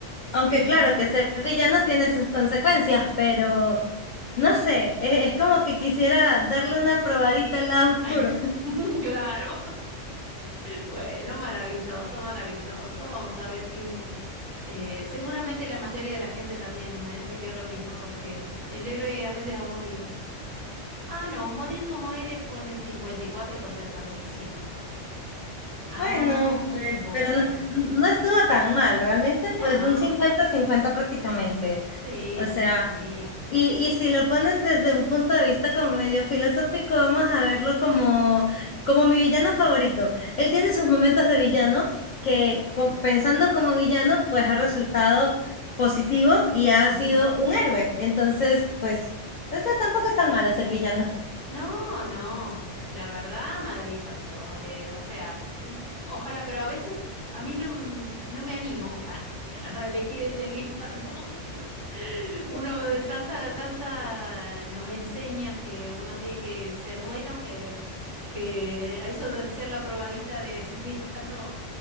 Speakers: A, on the right; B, on the left.
A: Sí.
B: Aunque claro que ser villano tiene sus consecuencias, pero no sé, es, es como que quisiera darle una probadita al lado oscuro.
A: <laughs> Claro. Bueno, maravilloso, maravilloso. Vamos a ver que eh, seguramente la mayoría de la gente también eh, pidió lo mismo, porque el héroe a veces es aburrido. Ah, no, morir como héroe ponen 54 contra 45. Ah,
B: Bueno, pues,
A: bueno.
B: pero no, no estuvo tan mal, realmente,
A: No.
B: pues un cincuenta-cincuenta prácticamente.
A: Sí,
B: O sea,
A: sí, sí.
B: y, y si lo pones desde un punto de vista como medio filosófico, vamos a verlo como, como mi villano favorito. Él tiene sus momentos de villano que co- pensando como villano, pues ha resultado positivo y ha
A: Ujú.
B: sido un héroe. Entonces, pues, o sea, tampoco es tan malo ser villano.
A: No, no, la verdad, maravilloso. eh, o sea, l- ojalá, pero a veces a mí no, m- no me animo <laughs> a, a elegir el del villano. <laughs>
B: <laughs>
A: Uno de tanta, tanta nos enseñan que uno tiene que ser bueno, que, que a eso de ser la probadita de ser villano